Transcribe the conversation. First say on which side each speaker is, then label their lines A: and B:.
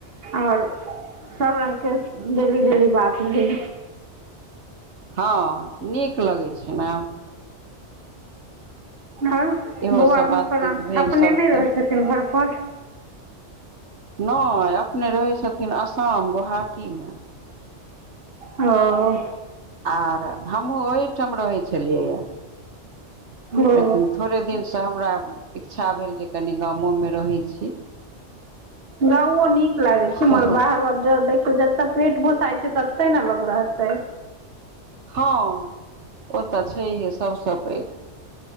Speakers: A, on the right; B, on the right.
A: ओर। सब रंगके डेली डेली बात भेल।
B: हँ नीक लगै छै ने।
A: आर
B: इहो
A: बौआ
B: सब
A: हुनकर
B: बातचीत भेल
A: अपने
B: सब
A: नहि
B: तऽ
A: रहैत छथिन घर पर।
B: नहि अपने रहै छथिन असाम गोहाटीमे।
A: हां ओ।
B: आर हमहुँ ओहि ठाम रहे छलियै य।
A: ओ
B: लेकिन थोड़े दिनसँ हमरा इच्छा भेल जे कनि गामोमे रहै छी।
A: गाँवो नीक लागै छै
B: हँ
A: मगर बाहरहर देखियौ जतऽ पेट पोसाइत छै ततऽ। तै न लोक रहतै।
B: हँ ओ तऽ छैहे सभसँ पैघ।